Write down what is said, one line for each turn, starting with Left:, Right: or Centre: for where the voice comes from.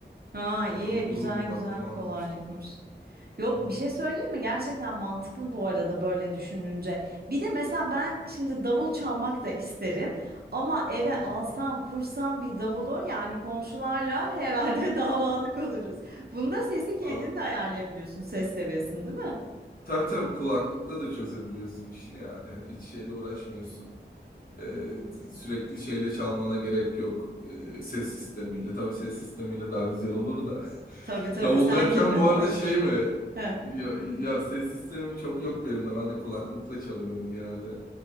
Right: Aa iyi
Left: Yani çok uzun
Right: güzel
Left: bir
Right: güzel
Left: vaktimi
Right: bir
Left: almamıştım.
Right: kolaylıkmış. Yok
Left: Hı
Right: bir şey söyleyeyim mi? Gerçekten mantıklı bu arada böyle düşününce. Bir de mesela ben şimdi davul çalmak da isterim ama eve
Left: hı. hı.
Right: alsam kursam bir davulu yani komşularla herhalde <laughs> davalık oluruz. Bunda sesi kendin
Left: Aa,
Right: de ayarlayabiliyorsun ses seviyesini değil mi?
Left: tabii tabii kulaklıkla da çözebiliyorsun işini yani hiç şeyle uğraşmıyorsun. Ee, sürekli şeyle çalmana gerek yok. Ee, ses sistemiyle. Tabii ses sistemiyle daha güzel olur da. <laughs>
Right: Tabii tabii
Left: Davul
Right: sen
Left: derken
Right: girdin
Left: bu
Right: mi
Left: arada
Right: o işlere?
Left: şey mi?
Right: He.
Left: Ya, ya ses sistemim çok yok benim de. Ben de kulaklıkla çalıyorum genelde.